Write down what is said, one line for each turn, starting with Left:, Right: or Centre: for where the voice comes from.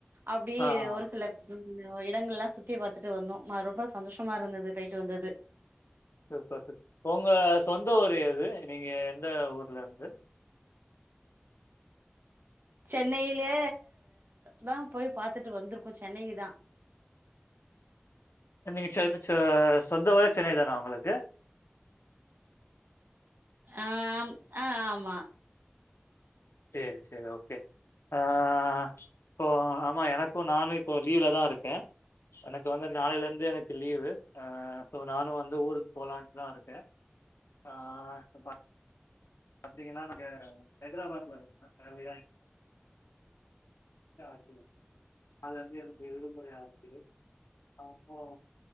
Right: அப்டி
Left: ஆ, ஆ.
Right: ஒரு சில ம் உ இடங்கள்ல்லா சுத்தி பாத்தட்டு வந்தோ ரொம்ப சந்தோஷமா இருந்தது பேய்ட்டு வந்தது
Left: சூப்பர் சர் ஒங்க சொந்த ஊர் எது நீங்க எந்த ஊர்லந்து
Right: சென்னையிலே தா போய் பாத்துட்டு வந்துருகோ சென்னை தா
Left: நீ ச்ச நிச்ச சொந்த ஊரே சென்னை தானா உங்களுக்கு
Right: அ ஆம் அ ஆமா
Left: சேரி சேரி ஓகே ஆ இப்போ ஆமா எனக்கு நானு இப்போ லீவ்லதா இருக்கே எனக்கு வந்து நாளைலேர்ந்து எனக்கு லீவு அ சோ நானு வந்து ஊருக்கு போலான்னு தா இருக்க ஆ அப்பா பாத்தீங்கன்னா இங்க ஹைத்ராபாத்ல வந்து ஃபேம்லியா <unintelligible> <unintelligible> அது அப்டே வந்து விடுமுறை அவற்துக்கு அவுங்குளு